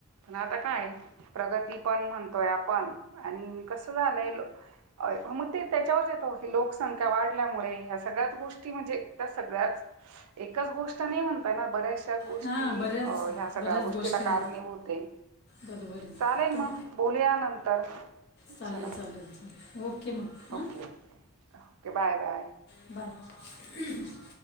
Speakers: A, on the right; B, on the left.
A: पन आता काय प्रगती पण म्हणतोय आपण आणि कसं झालंय मग त्याच्यावर कस होतय लोक संख्या वाढल्यामुळे ह्या सगळ्याच गोष्टी म्हणजे त्या सगळ्यात एकच गोष्ट नाही म्हणताय ना बऱ्याचशा गोष्टी
B: हां
A: की
B: बऱ्याच
A: अ ह्या सगळ्या
B: बऱ्याच
A: गोष्टीला
B: गोष्टी आहेत
A: कारणीभूते
B: बरोबर आहे
A: चालेल
B: पण
A: मग बोलूया नंतर
B: चालेल
A: चला
B: चालेल चालेल ओके मग हां
A: ओके ओक बाय बाय
B: बंद